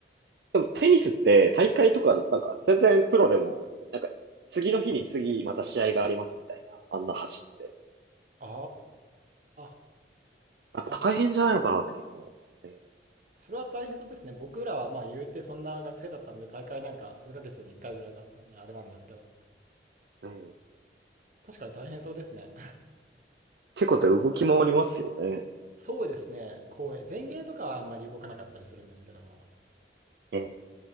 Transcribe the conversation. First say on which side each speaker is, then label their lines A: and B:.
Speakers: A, on the right; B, on the right.
A: でもテニスって大会とかだと、なんか全然プロでも、なんか次の日に次また試合がありますみたいな、あんな走って。
B: ああ、
A: なんか大変じゃないのかなって結構。
B: 確かに。
A: ね
B: それは大変そうですね。僕らはまあ言うてそんな学生だったんで、大会なんか数ヶ月に1回ぐらいだったんで、あれなんですけど。
A: うん、
B: 確かに大変そうですね。
A: 結構動き回りますよね。
B: <laughs> そうですね。公園。前衛とかはあんまり動かなかったりするんですけども。
A: うん